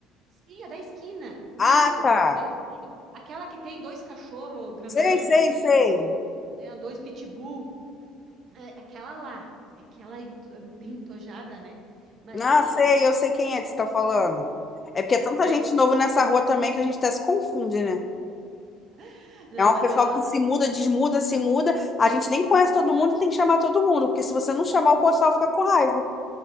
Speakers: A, on the right (about 45°); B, on the left (about 25°).
A: sim, a da esquina. Isso,
B: Ah, tá.
A: a da esquina. Aquela que tem dois cachorros grandão,
B: Sei, sei,
A: assim,
B: sei.
A: não- é, dois pitbull. É, aquela lá. é Aquela ento- bem tojada, né? Mas
B: Ah,
A: assim,
B: sei, eu sei quem é que você tá falando. É porque
A: é,
B: é tanta
A: daí.
B: gente nova nessa rua também que a gente até se confunde, né?
A: <laughs> Não,
B: É um
A: mas
B: pessoal
A: ela.
B: que se muda, desmuda, se muda. A gente nem conhece todo mundo e tem que chamar todo mundo, porque se você não chamar, o pessoal fica com raiva.